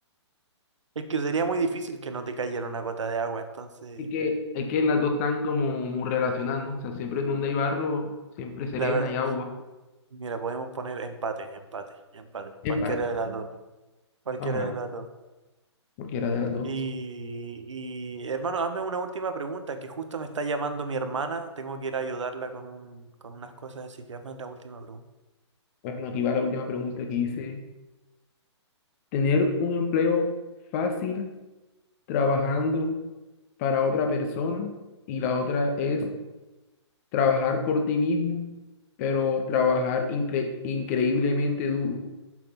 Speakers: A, on the right (about 80°); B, on the left (about 35°).
A: Es que sería muy difícil que no te cayera una gota de agua, entonces,
B: es que, es que las dos están como muy relacionadas, ¿no? O sea, siempre donde hay barro, siempre serena
A: la verdad,
B: y agua.
A: mira, podemos poner empate, empate, empate.
B: En
A: Cualquiera
B: parte.
A: de las dos, cualquiera
B: Ajá.
A: de las dos.
B: Cualquiera de las dos.
A: Y, y hermano, hazme una última pregunta, que justo me está llamando mi hermana, tengo que ir a ayudarla con un, con unas cosas, así que hazme la última pregunta.
B: Bueno, aquí va la última pregunta que dice, ¿tener un empleo fácil trabajando para otra persona? Y la otra es trabajar por ti mismo, pero trabajar incre- increíblemente duro.